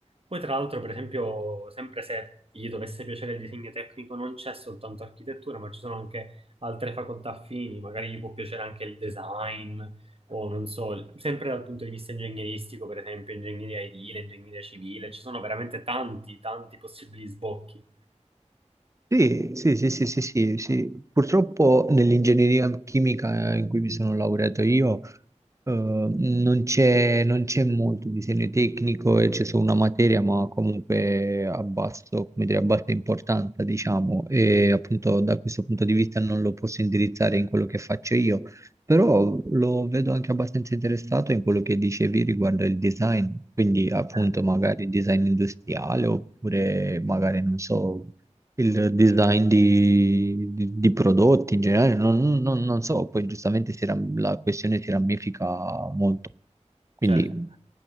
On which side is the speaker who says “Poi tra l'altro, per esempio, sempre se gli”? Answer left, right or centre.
Right